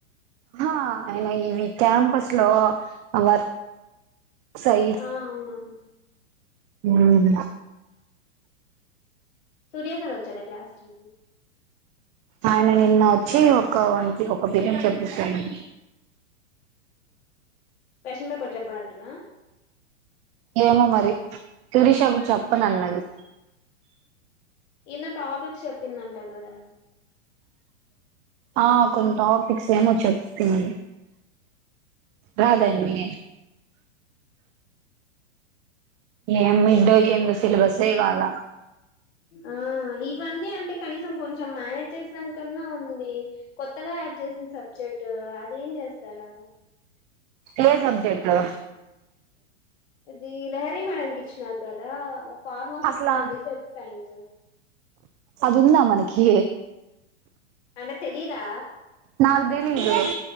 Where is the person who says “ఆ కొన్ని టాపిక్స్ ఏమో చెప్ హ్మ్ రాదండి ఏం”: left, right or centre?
Right